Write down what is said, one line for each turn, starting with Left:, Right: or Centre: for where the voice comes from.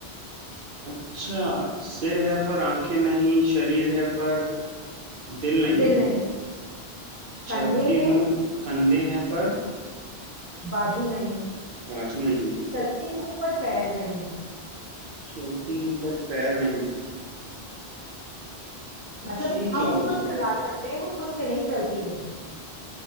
Right: अच्छा सिर है पर आंखें नहीं शरीर है पर दिल नहीं
Left: दिल नहीं कंधे
Right: चलती
Left: हैं
Right: हूँ कंधे हैं पर
Left: बाजू नहीं
Right: बाजू नहीं
Left: चलती हूँ पर पैर नहीं
Right: चलती हूँ पर पैर नहीं
Left: मतलब
Right: ये
Left: हम
Right: क्या
Left: उसको
Right: हो
Left: चला
Right: सकता है
Left: सकते हैं वो खुद से नहीं चलती है